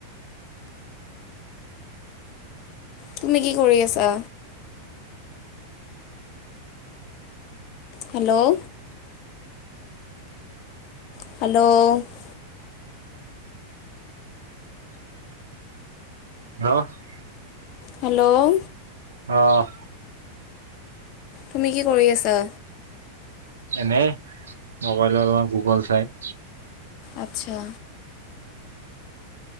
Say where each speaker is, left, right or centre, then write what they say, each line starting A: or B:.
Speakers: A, on the left; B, on the right.
A: তুমি কি কৰি আছা? হেল্ল'! হেল্ল'!
B: <unintelligible>
A: হেল্ল'
B: অ',।
A: তুমি কি কৰি আছা?
B: এনে মোবাইলৰ অলপমান গুগল চাই।
A: আচ্ছা'।